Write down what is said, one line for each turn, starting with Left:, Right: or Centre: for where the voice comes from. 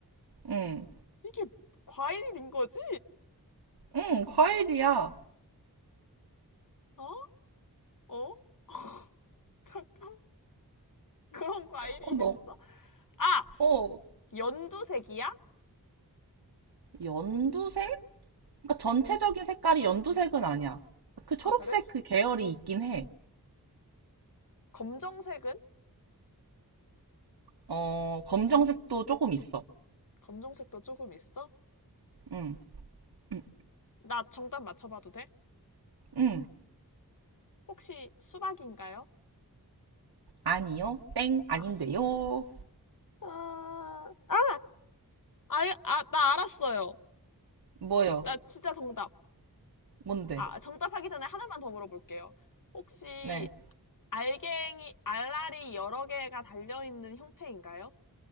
Right: 응,
Left: 이게 과일인 거지?
Right: 응, 과일이야.
Left: 어? 어? <laughs> 잠깐만. <laughs> 그런 과일이
Right: 어, 너,
Left: 있어? 아!
Right: 어,
Left: 연두색이야?
Right: 연두색? 그러니까 전체적인 색깔이 연두색은 아니야. 그 초록색
Left: 아, 그래?
Right: 그 계열이 있긴 해.
Left: 검정색은?
Right: 어, 검정색도 조금 있어.
Left: 검정색도 조금 있어?
Right: 응, 응,
Left: 나 정답 맞춰봐도 돼?
Right: 응.
Left: 혹시 수박인가요?
Right: 아니요. 땡, 아닌데요.
Left: 아, 아, 아, 알- 아, 나 알았어요.
Right: 뭐요?
Left: 나 진짜 정답.
Right: 뭔데?
Left: 아, 정답하기 전에 하나만 더 물어볼게요. 혹시
Right: 네.
Left: 알갱이, 알알이 여러 개가 달려있는 형태인가요?